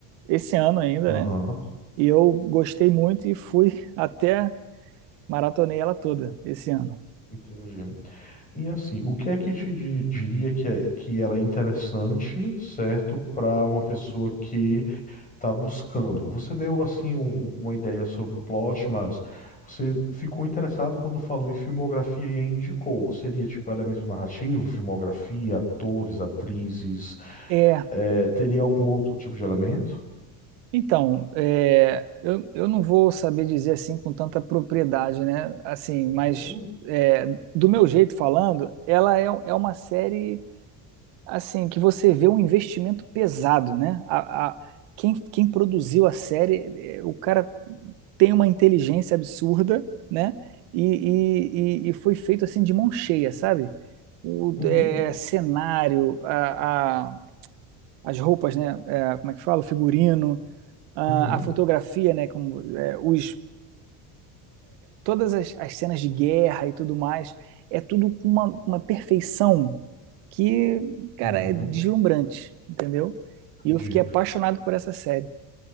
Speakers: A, on the right; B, on the left.
A: esse ano ainda,
B: Aham,
A: né? E eu gostei muito e fui <laughs> até maratonei ela toda esse ano.
B: entendi. E assim, o que é que te di- diria que, é, que ela é interessante, certo, para uma pessoa que está buscando? Você deu assim um- uma ideia sobre o plot, mas você ficou interessado quando falou em filmografia e aí indicou. Seria tipo elemento narrativo, filmografia, atores, atrizes.
A: É,
B: É, teria algum outro tipo de elemento?
A: então, é, eu, eu não vou saber dizer assim com tanta propriedade, né? Assim, mas
B: Uhum,
A: é, do meu jeito falando, ela é, é uma série assim, que você vê um investimento pesado, né? A, a- quem, quem produziu a série, eh, o cara tem uma inteligência absurda, né? E, e, e- e foi feito assim de mão cheia, sabe? O
B: uhum,
A: eh, cenário, a, a- as roupas, né? Eh, como é que fala? O figurino, a,
B: uhum,
A: a fotografia, né? Como, eh, os todas as, as cenas de guerra e tudo mais, é tudo com uma, uma perfeição que, cara,
B: uhum.
A: é deslumbrante, entendeu?
B: Entendi,
A: E eu fiquei apaixonado por essa série.